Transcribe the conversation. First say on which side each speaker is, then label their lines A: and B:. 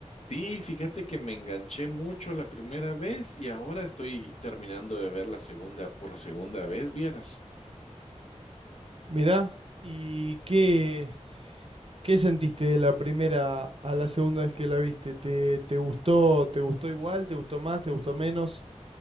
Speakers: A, on the left; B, on the right.
A: Sí, fíjate que me enganché mucho la primera vez y ahora estoy terminando de ver la segunda por segunda vez, vieras.
B: Mirá. ¿Y qué, qué sentiste de la primera a la segunda vez que la viste? ¿Te, te gustó, te gustó igual? ¿Te gustó más? ¿Te gustó menos?